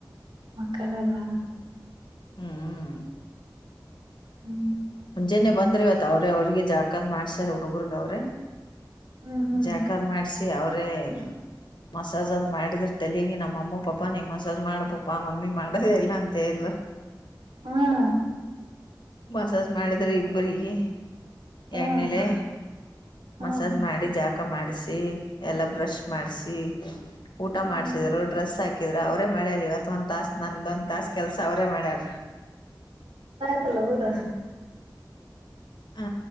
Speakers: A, on the right; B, on the left.
A: ಮಕ್ಕಂಡರಾ
B: ಹ್ಮ್
A: ಹ್ಮ.
B: ಮುಂಜಾನೆ ಬಂದ್ರ ಇವತ್ ಅವ್ರೆ ಅವ್ರಿಗೆ ಜಳಕಾದ ಮಾಡ್ಸ್ಯಾರ ಹುಡಗರ್ಗ ಅವ್ರೆ
A: ಹ್ಮ್ ಹ್ಮ್
B: ಜಾಕಾ ಅದ ಮಾಡ್ಸಿ ಅವ್ರೇ ಮಸಾಜ್ ಆದ್ ಮಾಡಿದ್ರ ತಲಿಗ ನಮ್ಮ ಅಮ್ಮ ಪಾಪ ನೀ ಮಸಾಜ್ ಮಾಡ ಪಪಾ ಮಮ್ಮಿ ಮಾಡದೇ ಇಲ್ಲ ಅಂತ ಹೇಳ
A: ಹ್ಮ.
B: ಮಸಾಜ್ ಮಾಡಿದ್ರ ಇಬ್ರಿಗಿ
A: ಹ್ಮ್
B: ಎಣ್ಣೆಲೆ
A: ಹ್ಮ್
B: ಮಸಾಜ್ ಮಾಡಿ ಜಾಕ ಮಾಡಿಸಿ ಎಲ್ಲ ಬ್ರಷ್ ಮಾಡಸಿ ಊಟ
A: ಹ್ಮ್
B: ಮಾಡಸಿದ್ರು ಡ್ರೆಸ್ ಹಾಕಿ ಇರ ಅವ್ರೇ ಮಾಡ್ಯಾರ ಇವತ್ ಒಂದ ತಾಸ ನಂದೊಂದ ತಾಸ ಕೆಲ್ಸ ಅವರೇ ಮಾಡ್ಯಾರ.
A: ಲೌಡ
B: ಅ